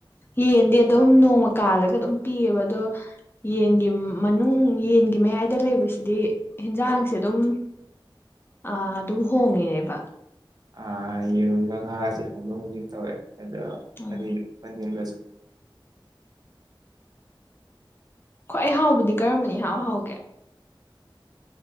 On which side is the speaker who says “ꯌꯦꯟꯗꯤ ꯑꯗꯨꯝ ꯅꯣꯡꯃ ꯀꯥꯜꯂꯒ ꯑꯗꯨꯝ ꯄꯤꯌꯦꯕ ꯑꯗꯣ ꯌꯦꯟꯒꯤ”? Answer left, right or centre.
Left